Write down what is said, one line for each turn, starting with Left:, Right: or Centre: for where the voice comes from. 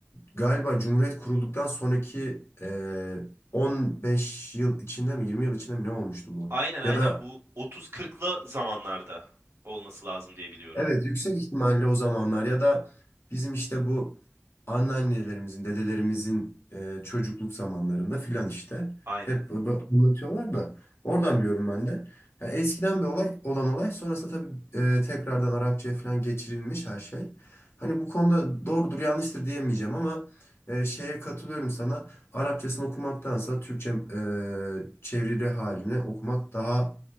Left: galiba Cumhuriyet kurulduktan sonraki eee, 15 yıl içinde mi 20 yıl içinde mi ne olmuştu bu?
Right: Aynen aynen
Left: Ya da
Right: bu 30-40'lı zamanlarda olması lazım diye biliyorum.
Left: Evet, yüksek ihtimalle o zamanlar ya da bizim işte bu anneannelerimizin, dedelerimizin e, çocukluk zamanlarında filan işte
Right: Aynen.
Left: hep bu- bu- anlatıyorlar da oradan biliyorum ben de. Ya eskiden bir olay olan olay sonrasında tabii e, tekrardan Arapçaya falan geçirilmiş her şey. Hani bu konuda doğrudur yanlıştır diyemeyeceğim ama e, şeye katılıyorum sana. Arapçasını okumaktansa Türkçe e, çevrili halini okumak daha